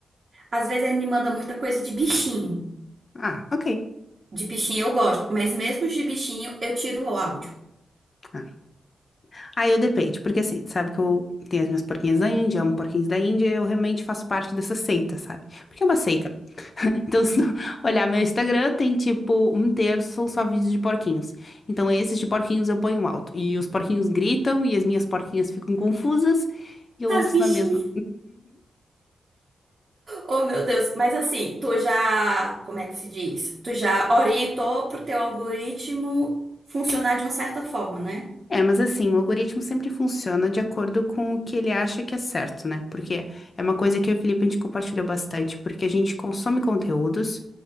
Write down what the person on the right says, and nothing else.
Às vezes ele me manda muita coisa de bichinho.
De bichinho eu gosto, mas mesmo de bichinho eu tiro o áudio.
As bichinhas.
Oh, meu Deus. Mas assim, tu já, como é que se diz? Tu já orientou pro teu algoritmo funcionar de uma certa forma, né?